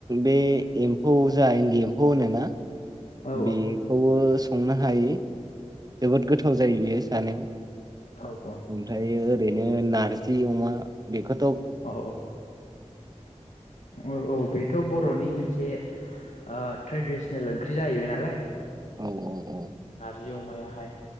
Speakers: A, on the right; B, on the left.
A: बे एम्फौ जा इन्दि एम्फौ होनोना।
B: औ
A: बेखौबो संनो हायो। जोबोद गोथाव जायो बेयो जानो।
B: औ
A: ओमफ्रायो ओरैनो नारजि अमा बेखो
B: अ' औ औ औ बेथ' बर'नि मोनसे ओ ट्रेडिसनेल ओंख्रि जाहैबाय नालाय।
A: औ औ औ
B: जिउ मायाहाय